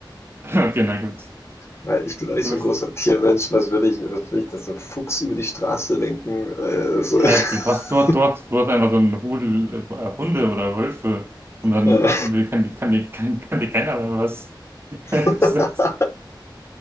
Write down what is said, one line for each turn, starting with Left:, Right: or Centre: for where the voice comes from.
Right: <laughs> okay, na gut.
Left: Weil ich bin doch nicht
Right: Du
Left: so
Right: bist,
Left: ein großer Tiermensch. Was würde ich, was würde ich das so ein Fuchs über die Straße lenken? Äh,
Right: hä,
Left: so. <laughs>
Right: du hast dort, dort, dort einfach so einen Rudel äh, Hunde oder Wölfe und dann
Left: Äh.
Right: will- kann, die- kann, die- kann, kann dir keiner mehr was. <laughs>
Left: <laughs>